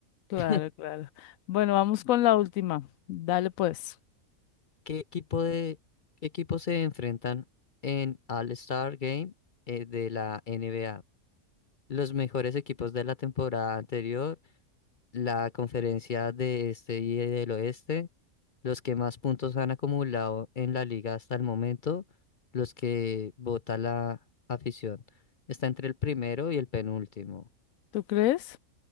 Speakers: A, on the left (about 75°); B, on the left (about 45°).
A: Claro,
B: <laughs>
A: claro. Bueno, vamos con la última. Dale pues.
B: ¿Qué equipo de qué equipo se enfrentan en All-Star Game eh, de la NBA? Los mejores equipos de la temporada anterior. la conferencia de este y del oeste, los que más puntos han acumulado en la liga hasta el momento, los que vota la afición. Está entre el primero y el penúltimo.
A: ¿Tú crees?